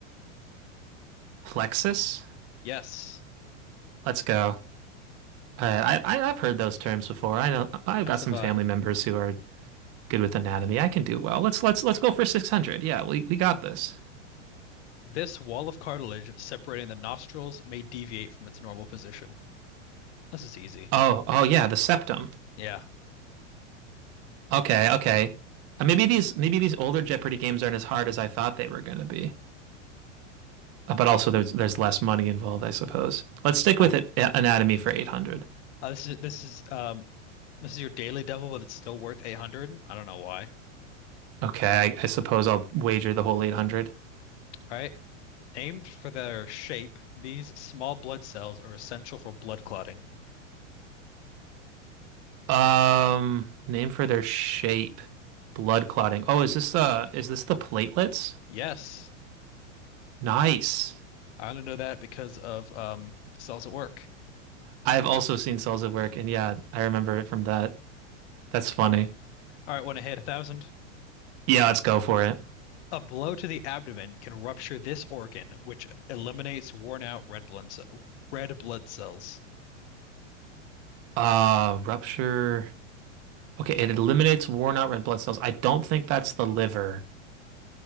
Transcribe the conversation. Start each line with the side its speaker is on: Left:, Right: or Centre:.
Right: Plexus?
Left: Yes,
Right: Let's go. Uh, I, I I've heard those terms before. I know I've
Left: as
Right: got
Left: have
Right: some
Left: I.
Right: family members who are good with anatomy. I can do well. Let's let's let's go for 600. Yeah, we we got this.
Left: This wall of cartilage separating the nostrils may deviate from its normal position. This is easy.
Right: Oh, oh yeah, the septum.
Left: Yeah,
Right: Okay, okay. Uh, maybe these maybe these older Jeopardy games aren't as hard as I thought they were going to be. Uh, But also there's there's less money involved, I suppose. Let's stick
Left: yeah.
Right: with it, a- anatomy for 800.
Left: Uh, this is this is um this is your daily devil, but it's still worth 800. I don't know why.
Right: Okay, I, I suppose I'll wager the whole 800.
Left: All right. Named for their shape, these small blood cells are essential for blood clotting.
Right: Um, name for their shape. Blood clotting. Oh, is this uh is this the platelets?
Left: Yes,
Right: Nice.
Left: I only know that because of um cells at work.
Right: I've also seen cells at work and yeah, I remember it from that. That's funny.
Left: Uh, All right, want to hit a thousand.
Right: Yeah, let's go for it.
Left: A blow to the abdomen can rupture this organ, which eliminates worn out red blood ce- red blood cells.
Right: Uh, rupture. Okay, it eliminates worn out red blood cells. I don't think that's the liver.